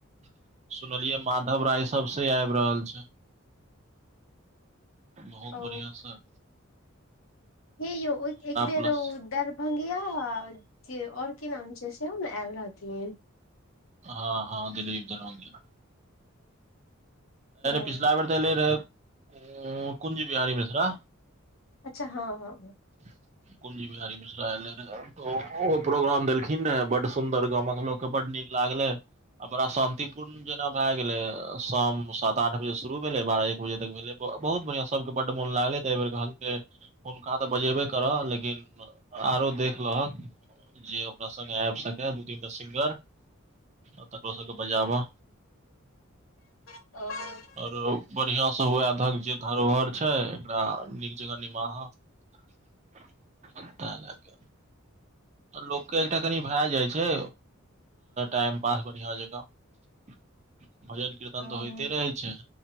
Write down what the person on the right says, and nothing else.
<inaudible> सुनलियै माधव राय सब से आबि रहल छै बहुत
बढ़िआँसँ
प्लस
हँ हँ दिलीप दरभंगिया
पिछला बेर त एले रहे कुंज बिहारी मिश्रा
<inaudible> कुंजी बिहारी मिश्रा एले रह ओहो प्रोग्राम देलखिन बड सुंन्दर गामक लोक क बड नीक लागलै आ बड़ा शान्तिपूर्ण जेना भय गेलै शाम सात आठ बजे शुरू भेलै बारह एक बजे तक भेले बहुत बढ़ियां सब के बड्ड मोन लागले त एहि बेर कहल‌कै हुनका त बजेबे करह लेकिन आरो देख लहक जे ओकरा संगे आबि सकै दू तीन टा सिंगर आ तकरो सभके बजाबा
आऔरो बढ़िया से हुए धक जे धरोहर छै एकरा नीक जकाँ निमाहा <inaudible> लाग लोक अ एकटा कनि भए जाइ छै टाइम पास बढ़िआं जकाँ भजन कीर्तन
त होइते रहै छै